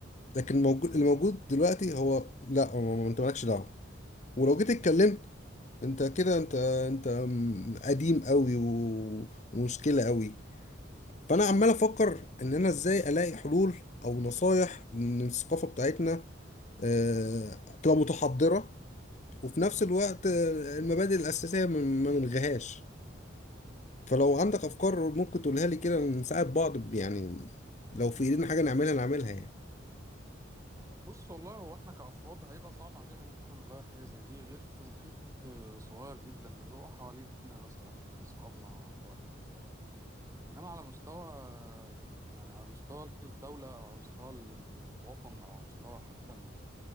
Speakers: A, on the left; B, on the right.
A: لكن الموجود اللي موجود دلوقتي هو لا هو ما- انت مالكش دعوه ولو جيت اتكلمت انت كده انت انت م- قديم قوي و- ومشكله قوي فانا عمال افكر ان انا ازاي الاقي حلول او نصايح من الثقافه بتاعتنا آه، تبقى متحضره وفي نفس الوقت آه، المبادئ الاساسيه ما ما نلغيهاش فلو عندك افكار ممكن تقولها لي كده نساعد بعض يعني لو في ايدينا حاجه نعملها نعملها يعني
B: بص والله هو احنا كافراد هيبقى صعب علينا ان احنا نغير حاجه زي دي غير في محيط آه، صغير جدا اللي هو حوالينا مثلا اصحابنا اخواتنا بتاع انما على مستوى آه، يعني على مستوى الدوله او على مستوى الوطن او على مستوى حتى